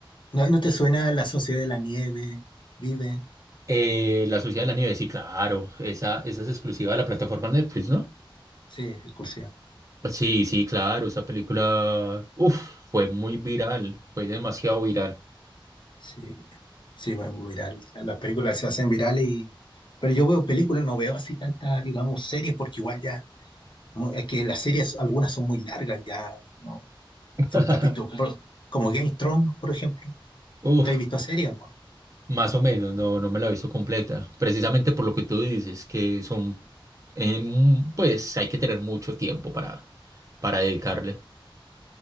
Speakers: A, on the left; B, on the right.
A: ¿No, no te suena La Sociedad de la Nieve? Viven.
B: Eh, la Sociedad de la Nieve, sí, claro. Esa, esa es exclusiva de la plataforma Netflix, ¿no?
A: Sí, es cursiva.
B: Pues Sí, sí, claro. Esa película, uf, fue muy viral. Fue demasiado viral.
A: Sí, sí, bueno, viral. Las películas se hacen virales y... Pero yo veo películas, no veo así tantas, digamos, series, porque igual ya... mu- Es que las series, algunas son muy largas, ya, ¿no?
B: <laughs>
A: Son capítulos, por- como Game of Thrones, por ejemplo.
B: Uf,
A: ¿Te has visto series, no?
B: más o menos, no, no me la he visto completa. Precisamente por lo que tú dices, que son, em, pues hay que tener mucho tiempo para, para dedicarle.